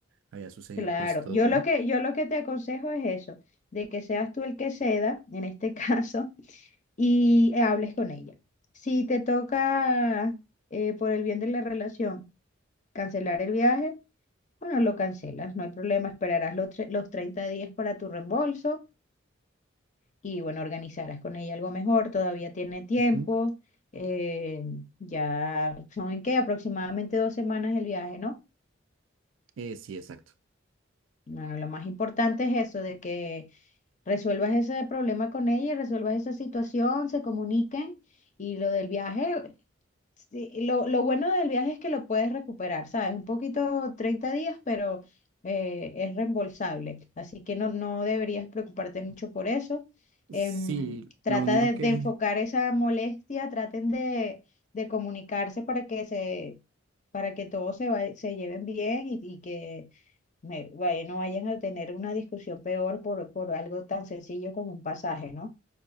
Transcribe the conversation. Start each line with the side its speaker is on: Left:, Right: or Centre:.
Right: había sucedido
Left: claro,
Right: pues todo,
Left: yo
Right: ¿no?
Left: lo que, yo lo que te aconsejo es eso, de que seas tú el que ceda, en este <laughs> caso, y hables con ella. Si te toca, eh, por el bien de la relación, cancelar el viaje, Bueno, lo cancelas, no hay problema, esperarás los, tre- los 30 días para tu reembolso y bueno, organizarás con ella algo mejor, todavía tiene tiempo,
Right: Ujú.
Left: eh, ya son en qué, aproximadamente dos semanas el viaje, ¿no?
Right: Eh, sí, exacto.
Left: Bueno, lo más importante es eso, de que resuelvas ese problema con ella, resuelvas esa situación, se comuniquen y lo del viaje, Sí, lo, lo bueno del viaje es que lo puedes recuperar, ¿sabes? Un poquito 30 días, pero eh, es reembolsable. Así que no, no deberías preocuparte mucho por eso.
Right: Sí,
Left: Em, trata
Right: lo único
Left: de,
Right: que,
Left: de enfocar esa molestia, traten de, de comunicarse para que se, para que todos se, va- se lleven bien y, y que me- vaya- no vayan a tener una discusión peor por, por algo tan sencillo como un pasaje, ¿no?